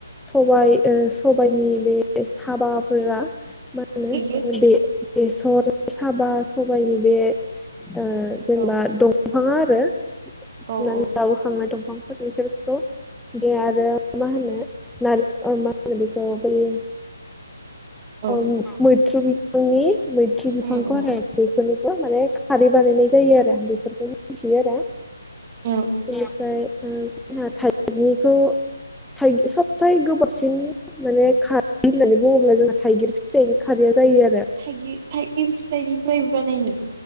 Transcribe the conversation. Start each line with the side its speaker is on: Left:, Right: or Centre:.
Centre: सबाय ओ सबायनि बे साबाफोरा मोनो
Right: थाइगिर
Centre: बे बेसर साबा सबायनि बे ओ जेनबा
Right: औ
Centre: दंफाङा आरो
Right: औ
Centre: फुनानै
Right: औ
Centre: लाबोखांनाय दंफां बेफोरखौ बे आरो मा होनो नार मा होनो बेखौ बेयो।
Right: औ
Centre: अ' उम मैथ्रु बिफांनि मैथ्रु बिफांखौ
Right: उम उम
Centre: आरो। दिफोरनोबो माने खारै बानायनाय जायो आरो। बेफोरखौनो मिथियो आरो।
Right: औ औ नंगौ।
Centre: बेनिफ्राय ओ जोंहा थालिरनिखौ थाय सबसाय गोबाबसिन माने खारै होननानै बुङोब्ला जोंना थाइगिर फिथाइ खारैया जायो आरो।
Right: थाइगि थाइगिर फिथाइनिफ्राय बानायनो।